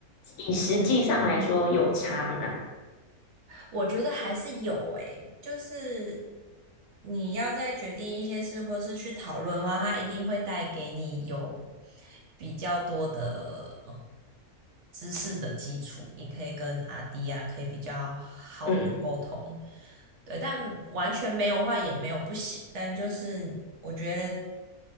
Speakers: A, on the left (about 85°); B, on the right (about 60°).
A: 以实际上来说有差吗？
B: 我觉得还是有诶，就是你要再决定一些事，或是去讨论的话，它一定会带给你有比较多的呃知识的基础，你可以跟阿迪啊，可以比较好的沟通。
A: 嗯
B: 对，但完全没有的话也没有不行，但就是我觉得